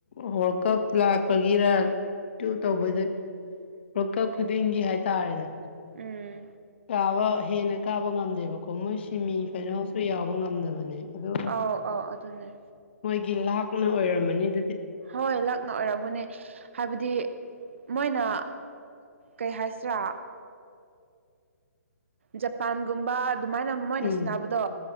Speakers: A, on the left; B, on the right.
A: ꯍ ꯀꯞ ꯂꯥꯛꯄꯒꯤꯔ ꯇꯨ ꯇꯧꯧꯕꯗ ꯂꯣꯛꯀꯞ ꯈꯨꯗꯤꯡꯒꯤ ꯍꯥꯏꯇꯥꯔꯦꯗ
B: ꯎꯝ
A: ꯀꯥꯕ ꯍꯦꯟꯅ ꯀꯥꯕ ꯉꯝꯗꯦꯕꯀꯣ ꯑꯣ ꯃꯣꯏ ꯁꯤꯦꯃꯤ ꯐꯥꯏꯅꯥꯜꯁꯨ ꯌꯥꯎꯕ ꯉꯝꯗꯕꯅꯦ ꯑꯗꯣ
B: ꯑꯥꯎ ꯑꯥꯎ ꯑꯗꯨꯅꯦ
A: ꯒꯤ ꯂꯥꯛꯅ ꯑꯣꯏꯔꯝꯃꯅꯤ ꯑꯗꯨꯗꯤ
B: ꯍꯣꯏ ꯂꯛꯅ ꯑꯣꯏꯔꯒꯅꯦ ꯍꯥꯏꯕꯗꯤ ꯃꯣꯏꯅ ꯀꯩ ꯍꯥꯏꯁꯤꯔꯥ ꯖꯄꯥꯟꯒꯨꯝꯕ ꯑꯗꯨꯃꯥꯏꯅ ꯃꯣꯏꯅ
A: ꯎꯝ
B: ꯁꯟꯅꯕꯗꯣ